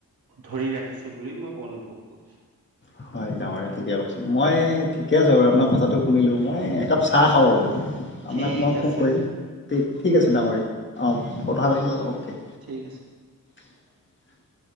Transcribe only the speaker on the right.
ধৰি ৰাখিছে বুলি মই অনুভৱ কৰো।
ঠিক
আছে
ঠিক আছে।